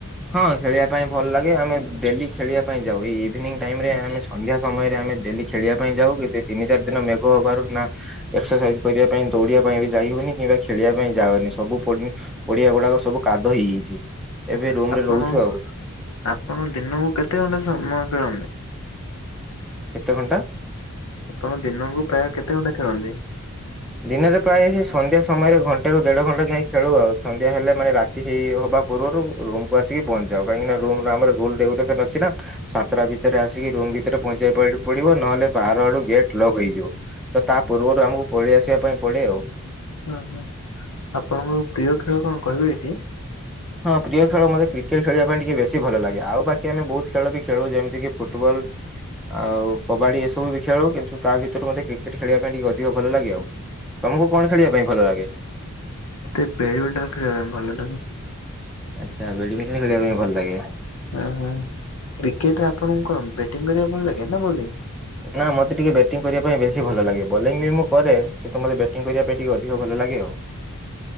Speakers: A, in the centre; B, on the left.
A: ହଁ ଖେଳିବା ପାଇଁ ଭଲ୍ ଲାଗେ ଆମେ ଡେଲି ଖେଳିବା ପାଇଁ ଯାଉ ଏଇ ଇଭିନିଂ ଟାଇମ୍ ରେ
B: ଆଚ୍ଛା
A: ଆମେ ସ ଅନ୍ଧ୍ୟା ସମୟରେ ଆମେ ଡେଲି ଖେଳିବା ପାଇଁ ଯାଉ କିନ୍ତୁ ଏଇ ତିନି ଚାରି ଦିନ ମେଘ ହବାରୁ ନା ଏକ୍ସର୍ ସାଇଜ୍ କରିବା ପାଇଁ ଦୌଡ଼ିବା ପାଇଁ ବି ଯାଇ ହଉନି କିମ୍ବା ଖେଳିବା ପାଇଁ ଯାଉନି ସବୁ ପ <unintelligible> ପଡ଼ିଆ ଗୁଡ଼ାକ ସବୁ କାଦୁଅ ହେଇଯାଇଛି
B: ଆଚ୍ଛା।
A: ଏବେ ରୁମ
B: ଆପଣ
A: ରେ ରହୁଛୁ ଆଉ
B: ଆପଣ ଦିନକୁ କେତେ ଘଣ୍ଟା ସମୟ ଖେଳନ୍ତି?
A: କେତେ ଘଣ୍ଟା?
B: ଆପଣ ଦିନକୁ ପ୍ରାୟ କେତେ ଘଣ୍ଟା ଖେଳନ୍ତି?
A: ଦିନରେ ପ୍ରାୟ ହି ସନ୍ଧ୍ୟା ସମୟରେ ଘଣ୍ଟେ ରୁ ଦେଢ଼ ଘଣ୍ଟା ଯାଏଁ ଖେଳୁ ଆଉ ସନ୍ଧ୍ୟା ହେଲେ ମାନେ ରା ଚି ହେଇ ହବା ପୂର୍ବରୁ ରୁମ୍ କୁ ଆସିକି ପହଞ୍ଚି ଯାଉ କାହିଁକି ନା ରୁମ ରେ ଆମର ରୁଲ୍ ରେଗୁଲେସନ ଅଛି ନା। ସାତଟା ଭିତରେ ଆସିକି ରୁମ୍ ଭିତରେ ପହଞ୍ଚି <unintelligible> ପଡ଼ିବ ନହେଲେ ବାହାର ଆଡ଼ୁ ଗେଟ୍ ଲକ୍ ହେଇଯିବ। ତ ତା ପୂର୍ବରୁ ଆମକୁ ପଳେଇ ଆସିବା ପାଇଁ ପଡ଼େ ଆଉ।
B: ଅଁ ହଁ ଆପଣଙ୍କ ପ୍ରିୟ ଖେଳ କଣ କହିବେ କି?
A: ହଁ ପ୍ରିୟ ଖେଳ ମୋତେ କ୍ରିକେଟ୍ ଖେଳିବା ପାଇଁ ଟିକେ ବେଶୀ ଭଲ ଲାଗେ ଆଉ ବାକି ଆମେ ବୋହୁତ୍ ଖେଳ ବି ଖେଳୁ ଯେମିତିିକି ଫୁଟବଲ୍ ଆଉ କବାଡ଼ି ଏସବୁ ବି ଖେଳୁ କିନ୍ତୁ ତା ଭିତରୁ ମୋତେ କ୍ରିକେଟ୍ ଖେଳିବା ପାଇଁ ଟିକେ ଅଧିକ ଭଲ ଲାଗେ ଆଉ। ତମକୁ କଣ ଖେଳିବା ପାଇଁ ଭଲ ଲାଗେ?
B: ତେ ବେଡ୍ ମିଣ୍ଟନ୍ ଖେଳିବା ପାଇଁ ଭଲ ଲାଗେ।
A: ଆଚ୍ଛା ବ୍ୟାଡ୍ ମିଟନ୍ ଖେଳିବା ପାଇଁ ଭଲ ଲାଗେ।
B: ଉଁ ହୁଁ କ୍ରିକେଟ୍ ଟା ଆପଣଙ୍କୁ କଣ ବ୍ୟାଟିଂ କରିବାକୁ ଭଲ ଲାଗେ ନା ବଲିଙ୍ଗ୍?
A: ନା ମତେ ଟିକେ ବ୍ୟାଟିଂ କରିବା ପାଇଁ ବେଶୀ ଭଲ ଲାଗେ। ବଲିଂ ବି ମୁଁ କରେ କିନ୍ତୁ ମୋତେ ବ୍ୟାଟିଂ କରିବା ପାଇଁ ଟିକେ ଅଧିକ ଭଲ ଲାଗେ ଆଉ।